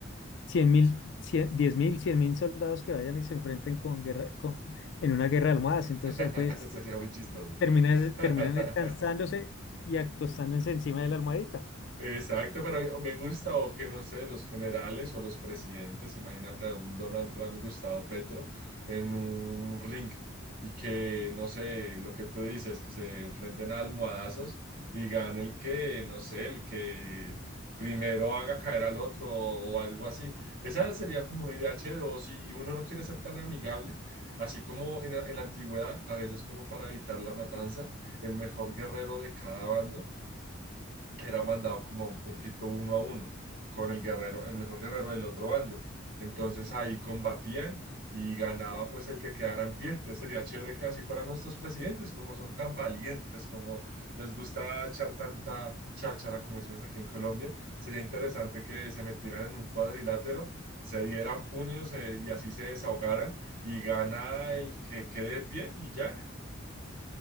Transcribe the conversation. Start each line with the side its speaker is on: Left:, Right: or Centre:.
Left: cien mil, cien- diez mil, cien mil soldados que vayan y se enfrenten con guerra, con, en una guerra de almohadas.
Right: <laughs>
Left: Entonces ahí pues
Right: Sería muy chistoso.
Left: terminan,
Right: <laughs>
Left: <laughs> terminan descansándose y acostándose encima de la almohadita.
Right: Exacto, pero me gusta o que no sé, los generales o los presidentes, imagínate a un Donald Trump y Gustavo Petro en un ring y que no sé, lo que tú dices, que se enfrenten a almohadazos y gane el que, no sé, el que primero haga caer al otro o, o algo así. Esa sería como una idea chévere, o si uno no quiere ser tan amigable, así como en la en la antigüedad, a veces como para evitar la matanza, el mejor guerrero de cada bando que era mandado como a un conflicto uno a uno con el guerrero, el mejor guerrero del otro bando. Entonces ahí combatían y ganaba pues el que quedara en pie. Entonces sería chévere que así fueran nuestros presidentes, como son tan valientes, como les gusta echar tanta cháchara, como decimos aquí en Colombia. Sería interesante que se metieran en un cuadrilátero, se dieran puños eh, y así se desahogaran y gana el que quede de pie y ya.